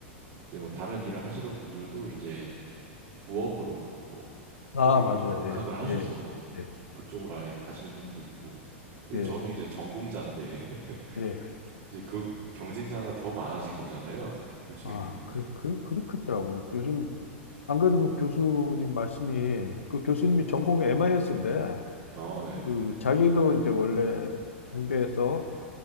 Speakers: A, on the right; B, on the left.
A: 이제 뭐 다른 일을 하시던 분들도 이제 부업으로 뭐
B: 아,
A: 코딩을
B: 맞아요.
A: 좀 독학을
B: 예,
A: 하셔서
B: 예, 예,
A: 그쪽으로 아예 가시는 분도 있고. 근데
B: 예,
A: 저는 이제 전공자인데 <laughs>
B: 예.
A: 이제 그 경쟁자가 더 많아진 거잖아요. 솔직히
B: 아,
A: 보면은.
B: 그, 그, 그렇겠더라고요. 요즘, 안 그래도 그 교수님 말씀이, 그 교수님이 전공이 MIS인데,
A: 아, 네.
B: 그, 자기도 이제 원래 공대에서